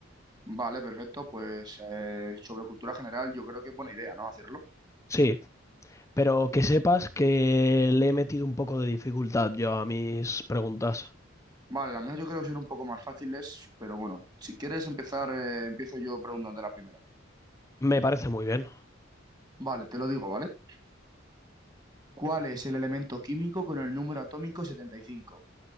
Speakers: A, on the right; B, on the left.
A: Vale, perfecto, pues eh, sobre cultura general yo creo que es buena idea, ¿no? Hacerlo.
B: Sí, pero que sepas que le he metido un poco de dificultad yo a mis preguntas.
A: Vale, las mías yo creo que son un poco más fáciles, pero bueno, si quieres empezar, eh, empiezo yo preguntando la primera.
B: Me parece muy bien.
A: Vale, te lo digo, ¿vale? ¿Cuál es el elemento químico con el número atómico 75?